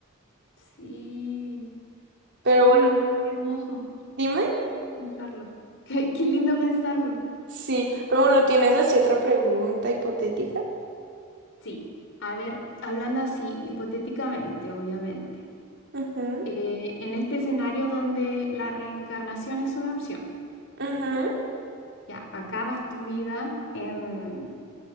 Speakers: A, on the left (about 60°); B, on the right (about 60°).
A: sí.
B: pero
A: Uy,
B: bueno,
A: qué hermoso
B: dime.
A: pensarlo. <laughs> Qué, qué lindo pensarlo.
B: Sí, pero bueno, tienes así otra pregunta hipotética.
A: Sí, a ver, hablando así, hipotéticamente, obviamente,
B: Ujú,
A: eh, en este escenario donde la reencarnación es una opción,
B: ujú,
A: ya acabas tu vida en,